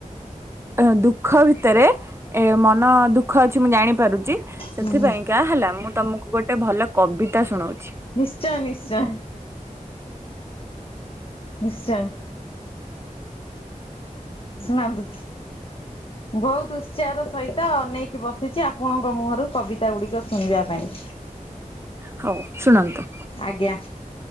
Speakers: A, on the right; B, on the left.
A: ଏ ଦୁଃଖ ଭିତରେ, ଏ ମନ ଦୁଃଖ ଅଛି? ମୁଁ ଜାଣିପାରୁଛି। ସେଥିପାଇଁ
B: ହୁଁ
A: କା ହେଲା। ମୁଁ ତମକୁ ଗୋଟେ ଭଲ କବିତା ଶୁଣଉଛି?
B: ନିଶ୍ଚୟ ନିଶ୍ଚୟ। ନିଶ୍ଚୟ। ଶୁଣନ୍ତୁ? ବହୁତ ଚେୟାର ସହିତ ଅନେଇକି ବସିଛି, ଆପଣଙ୍କ ମୁହଁରୁ କବିତା ଗୁଡ଼ିକ ଶୁଣିବା ପାଇଁ।
A: ହଉ ଶୁଣନ୍ତୁ?
B: ଆଜ୍ଞା।